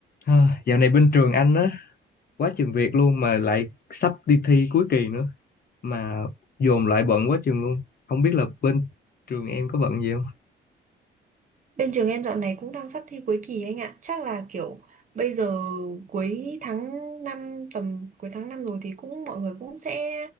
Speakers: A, on the left; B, on the right.
A: Ha, dạo này bên trường anh á, quá chừng việc luôn mà lại sắp đi thi cuối kỳ nữa mà dồn lại bận quá chừng luôn. Không biết là bên trường em có bận gì không?
B: Bên trường em dạo này cũng đang sắp thi cuối kỳ anh ạ. Chắc là kiểu bây giờ cuối tháng 5 tầm cuối tháng 5 rồi thì cũng mọi người cũng sẽ